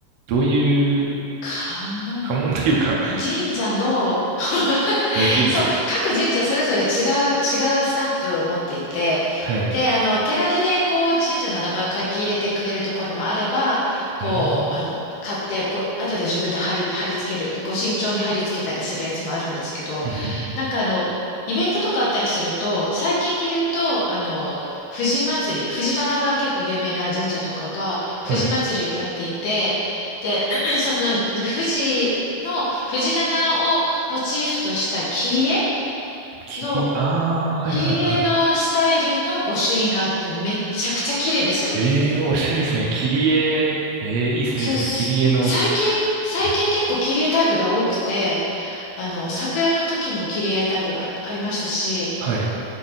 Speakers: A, on the right; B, on the left.
A: どういう、
B: 関門、
A: 家紋というか、<laughs>
B: 神社の <laughs>
A: なんていうんですかね。
B: そう、各神社それぞれ違う、違うスタンプを持っていて、
A: はい。
B: で、あの、手書きで、こう、神社の名前を書き入れてくれるところもあれば、こう、
A: うん。
B: あの、買って、ご、後で自分で貼り、貼り付ける、ご身長に貼り付けたりするやつもあるんですけど、
A: うんうんうん
B: なんかあの、イベントとかあったりすると、最近で言うと、あの、藤祭り、藤棚が結構有名な神社とかが、
A: はい。
B: 藤祭りをやっていて、で、<clears throat> その、藤の、藤棚モチーフとした切り絵
A: 切り、
B: の、
A: ああ、はいはいは
B: 切り絵のスタイルの御朱印があってめっちゃくちゃ綺麗ですよ。
A: い。ええおしゃれですね。切り絵、ええいいですね、
B: そうっす。
A: いいですね。切り絵の、
B: 最近、最近結構切り絵タイプが多くて、
A: うん
B: あの、桜の時も切り絵タイプがありましたし、
A: はい。